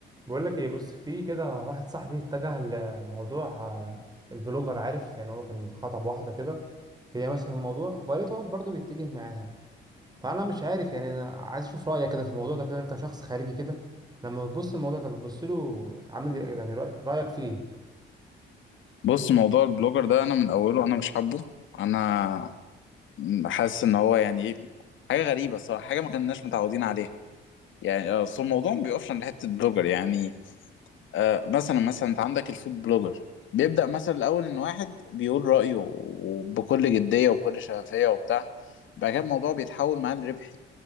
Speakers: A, on the right (about 20°); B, on the left (about 75°).
A: بقول لك ايه بص في كده واحد صاحبي اتجه لموضوع آه، البلوجر عارف يعني هو كان خطب واحده كده هي ماشيه في الموضوع فقالت هو برضه بيتجه معاها فانا مش عارف يعني انا عايز اشوف رايك كده في الموضوع ده كده انت شخص خارجي كده لما بتبص الموضوع ده بتبص له عامل إيه؟ يعني رأي- رايك فيه ايه
B: بص موضوع البلوجر ده انا من اوله انا مش حابه انا حاسس ان هو يعني ايه حاجه غريبه الصراحه حاجه ما كناش متعودين عليها يعني آه، اصل الموضوع ما بيقفش عند حته بلوجر يعني آه مثلا مثلا انت عندك الفود بلوجر بيبدا مثلا الاول ان واحد بيقول رايه وبكل جديه وبكل شفافيه وبتاع بعد كده الموضوع بيتحول معاه لربحي